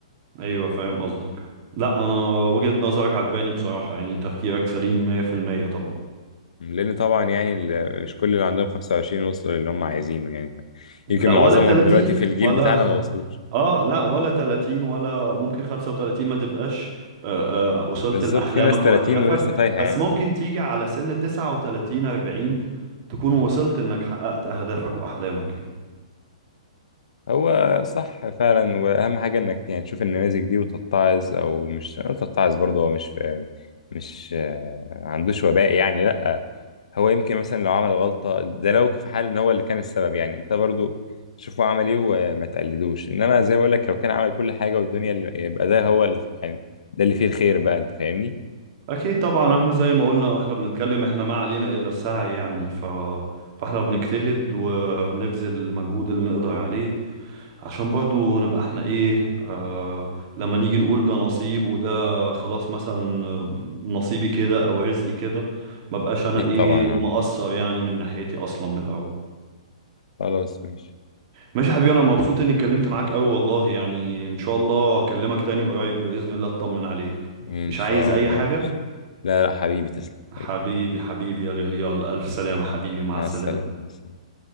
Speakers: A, on the right; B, on the left.
A: أيوه فاهم قصدك لا أنا وجهة نظرك عجباني بصراحة يعني تفكيرك سليم 100% طبعا
B: لان طبعا يعني ال- مش كل اللي عندهم 25 وصلوا للي هم عايزينه يعني يمكن
A: لا
B: معظمهم
A: ولا 30
B: دلوقتي في الجيل
A: ولا
B: بتاعنا ما وصلوش
A: <laughs> آه لا ولا 30 ولا ممكن 35 ما تبقاش آه آه وصلت
B: بالظبط
A: لأحلامك
B: في ناس 30
A: وأهدافك
B: ولسه تايهه
A: بس
B: يعني
A: ممكن تيجي على سن 39 40 تكون وصلت إنك حققت أهدافك وأحلامك يعني
B: هو صح فعلا واهم حاجه انك يعني تشوف النماذج دي وتتعظ او مش أقول تتعظ برضه هو مش في مش آه، عندوش وباء يعني لا هو يمكن مثلا لو عمل غلطة ده لو في حال ان هو اللي كان السبب يعني انت برضو شوف هو عمل ايه وما تقلدوش انما زي ما بقول لك لو كان عمل كل حاجة والدنيا اللي يبقى ده هو اللي يعني ده اللي فيه الخير بقى انت فاهمني
A: اكيد طبعا احنا زي ما قلنا واحنا بنتكلم احنا ما علينا الا السعي يعني ف... فاحنا بنجتهد وبنبذل المجهود اللي نقدر عليه عشان برضو نبقى احنا ايه آه لما نيجي نقول ده نصيب وده خلاص مثلا آه، نصيبي كده او رزقي كده ما بقاش انا
B: اكيد
A: ايه
B: طبعا
A: مقصر
B: اه
A: يعني من ناحيتي اصلا من الاول
B: خلاص ماشي
A: ماشي يا حبيبي انا مبسوط اني اتكلمت معاك قوي والله يعني ان شاء الله هكلمك تاني قريب باذن الله اطمن عليك
B: ان
A: مش
B: شاء
A: عايز اي
B: الله
A: حاجة
B: ان شاء الله لا لا حبيبي تسلم حبيبي
A: حبيبي حبيبي يا غالي يلا ألف سلامة حبيبي مع
B: مع
A: السلامة
B: السلامة مع السلامة